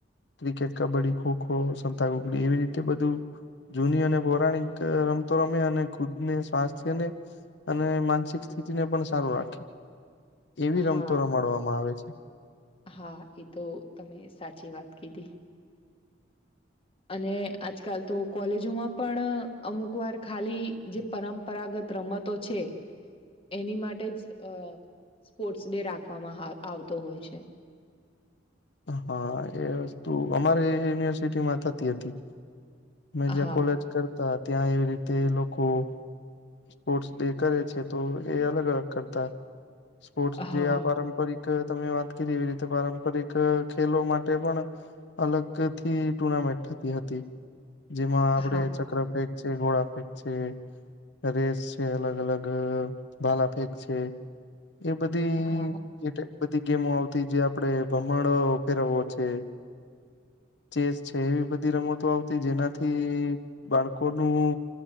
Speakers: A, on the left (about 65°); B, on the left (about 30°).
A: ક્રિકેટ કબડ્ડી ખોખો સંતાકુકડી એવી રીતે બધું જૂની અને પૌરાણિક રમતો રમે અને ખુદને સ્વાસ્થ્યને અને માનસિક સ્થિતિને પણ સારું રાખે એવી
B: હા
A: રમતો રમાડવામાં આવે છે.
B: હા એ તો તમે સાચી વાત કીધી. અને આજકાલ તો કોલેજોમાં પણ અમુક વાર ખાલી જે પરંપરાગત રમતો છે એની માટે જ અ સ્પોર્ટ્સ ડે રાખવામાં આવતો હોય છે.
A: હા એ વસ્તુ અમારે યુનિવર્સિટીમાં થતી હતી. મે જ્યાં
B: હા
A: કોલેજ કરતા ત્યાં એવી રીતે લોકો સ્પોર્ટ્સ ડે કરે છે તો એ અલગ અલગ કરતા સ્પોર્ટસ
B: હા
A: જે આ પારંપરિક તમે વાત કરી એવી રીતે પારંપરિક ખેલો માટે પણ અલગ થી ટુર્નામેન્ટ થતી હતી. જેમાં આપડે
B: હા
A: ચક્ર ફેંક છે ગોળા ફેંક છે રેસ છે અલગ અલગ ભાલા ફેક છે એ બધી
B: હા
A: એ બધી ગેમો આવતી જે આપડે ભમણો ફેરવો છે ચેસ છે એવી બધી રમતો આવતી જેનાથી બાળકોનું